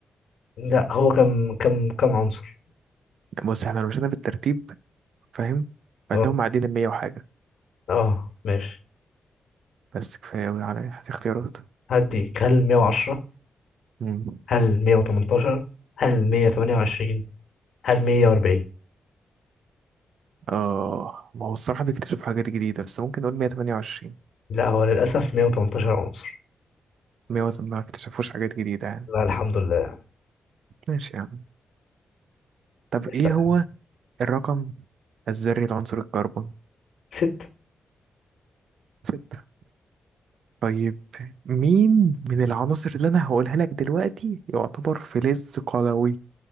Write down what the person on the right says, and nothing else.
بص احنا لو مشينا بالترتيب فاهم فعندهم
معدين المية وحاجة
بس كفاية أوي على اختيارات
مم.
اه ما هو الصراحة بيكتشف حاجات جديدة بس ممكن نقول 128
100 ما اكتشفوش حاجات جديدة يعني
ماشي يا عم طب
ايه
هو الرقم الذري لعنصر الكربون؟
ستة طيب مين من العناصر اللي انا هقولها لك دلوقتي يعتبر فلز قلوي